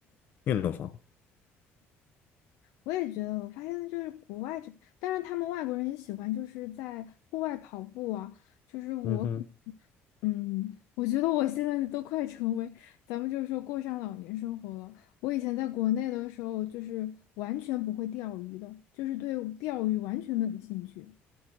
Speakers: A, on the left; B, on the left.
A: 运动方。
B: 我也觉得，我发现就是国外这，当然他们外国人也喜欢就是在户外跑步啊，就是我可。
A: 嗯哼，
B: 嗯，我觉得我现在都快成为，咱们就是说过上老年生活了。我以前在国内的时候，就是完全不会钓鱼的，就是对钓鱼完全没有兴趣。